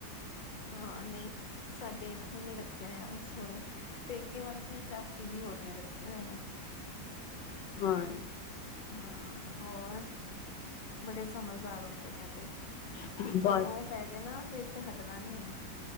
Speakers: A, on the left; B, on the left.
A: ਹਾਂ, ਨਹੀਂ। ਸਾਡੇ ਇੱਥੇ ਨੀ ਰੱਖਿਆ ਹੋਇਆ ਸਹੁਰੇ, ਪੇਕੇ ਵੱਲ ਫਿਰ ਚਾਚੀ ਜੀ ਹੋਰ ਨੇ ਰੱਖੇ ਹੋਏ ਨੇ।
B: ਹਾਂ
A: ਹਾਂ, ਹੋਰ, ਬੜੇ ਸਮਝਦਾਰ ਹੁੰਦੇ ਨੇ ਇਹ ਤੇ।
B: ਹੈ
A: ਇੱਕ ਵਾਰ
B: ਬਸ
A: ਮੋਹ ਪੈ ਜੇ ਨਾ, ਫੇਰ ਤੇ ਹੱਟਦਾ ਨੀ ਏ।